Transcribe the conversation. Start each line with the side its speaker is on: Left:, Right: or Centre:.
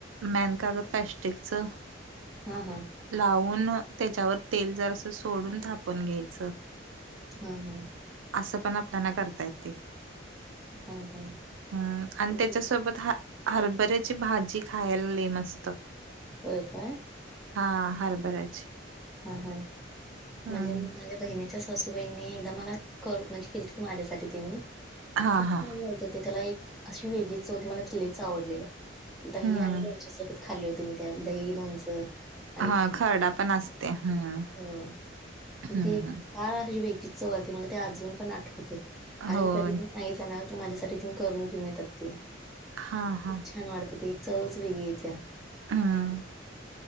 Right: मॅन कागद पॅस्टिकचं <unintelligible>
Centre: हूं हूं.
Right: लावून... त्याच्यावर तेल जरासं सोडून... थापून घ्यायचं
Centre: हा हा.
Right: आसं पण आपल्यांना करता येतय...
Centre: हां हां
Right: हूं... आणि
Centre: म्हणजे
Right: त्याच्या सो सोबत हा... हरभऱ्याची भाजी खायला लय मस्त
Centre: व्हय काय?
Right: हा... हरभऱ्याची.
Centre: ह हम्म
Right: हम्म
Centre: म्हणजे मी माझ्या बहिणीच्या सासू बईंनी एकदा मला कर म्हणजे केलतीत माझ्यासाठी तेनी.
Right: हा
Centre: खूप
Right: हा
Centre: छान झालत ते त्याला एक अशी वेगळीच चव होती मला त लईच आवडलेलं. दही
Right: हम्म
Centre: आणि लोणच्या सोबत खाल्ले होते मी त्या दही लोणचं --
Right: हा खरडा पण असते हम्म.
Centre: हो म्हणजे
Right: हम्म
Centre: त एक फार अशी वेगळीच चव आलती मला ते अजून पण आठवते. आणि
Right: होय
Centre: मी कधी पण सांगितलं नाव की माझ्यासाठी त करून घेऊन येतात ते. खूप
Right: हा हा
Centre: छान वाटते ते एक चवच वेगळी येत्या.
Right: हम्म